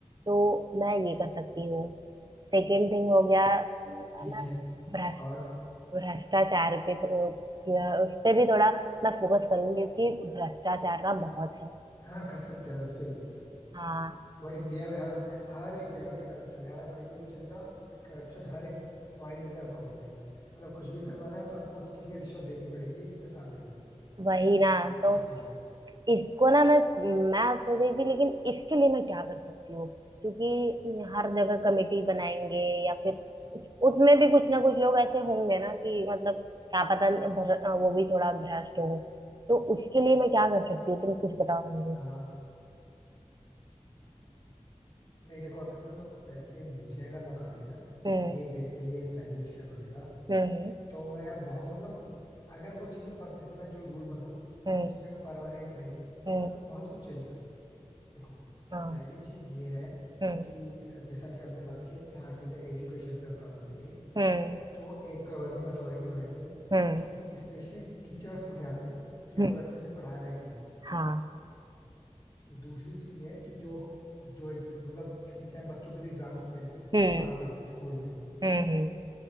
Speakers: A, on the right; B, on the left.
A: तो मैं ये कर सकती हूँ सेकेंड थिंग हो गया अम,
B: ठीक
A: मैं
B: है
A: भ्रष्ट
B: और
A: भ्रष्टाचार पे थो- या उस पे भी थोड़ा मैं फोकस करूंगी क्योंकि भ्रष्टाचार का बहुत है
B: हाँ कर सकते हैं ना उस पे भी
A: हाँ
B: वो इंडिया में हर हर एक जगह पे करप्शन है यार आप कहीं भी चले जाओ करप्शन हर एक पॉइंट पे आपको मिलेगा मतलब कुछ भी करवाना है तो आपको उसके लिए रिश्वत देनी पड़ेगी अपने सामने वाले की
A: वही ना
B: ये
A: तो
B: चीज तो है
A: इसको ना मैं मैं सोच रही थी लेकिन इसके लिए मैं क्या कर सकती हूँ क्योंकि हर जगह कमेटी बनाएंगे या फिर उसमें भी कुछ ना कुछ लोग ऐसे होंगे ना कि मतलब क्या पता भ्र- वो भी थोड़ा भ्रष्ट हो तो उसके लिए मैं क्या कर सकती हूँ तुम कुछ बताओ मुझे
B: हाँ नहीं देखो अगर मतलब वैसे मुझे अगर मौका मिले ना
A: हम्म
B: एक दिन के लिए प्राइम मिनिस्टर बनने का
A: हम्म
B: तो मैं यार बहुत मतलब अगर वो चीजें पद जैसे मैं जो रूल बनाऊं
A: हम्म
B: वो चीजें का परमानेंट रहे
A: हम्म
B: तो मैं कुछ बहुत कुछ चेंज कर सकता देखो
A: हाँ
B: पहली चीज ये है
A: हम्म
B: कि जैसा कि आपने बात किया कि हाँ ठीक है एजुकेशन पे हम काम करेंगे
A: हम्म
B: तो एक गवर्निंग अथॉरिटी बनाएंगे
A: हम्म
B: जो कि स्पेशली टीचर्स को ध्यान दे कि ये
A: हम्म
B: लोग अच्छे से पढ़ा रहे हैं कि नहीं
A: हाँ
B: दूसरी चीज ये है कि जो जो एग्ज- मतलब क्योंकि क्या है, बच्चों के भी एग्जाम्स होते हैं
A: हम्म
B: वहां पे स्कूल में
A: हम्म